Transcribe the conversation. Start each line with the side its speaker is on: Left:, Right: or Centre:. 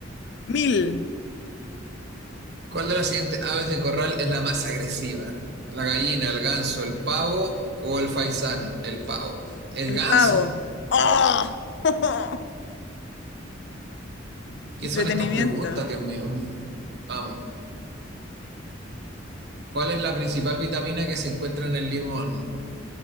Left: Mil,
Right: ¿Cuál de las siguientes aves de corral es la más agresiva? ¿La gallina, el ganso, el pavo o el faisán? El pavo. ¿El
Left: el
Right: ganso?
Left: pavo. ¡Oh! <laughs>
Right: ¿Qué
Left: Entretenimiento.
Right: son estas preguntas, Dios mío? no. Vamos. ¿Cuál es la principal vitamina que se encuentra en el limón?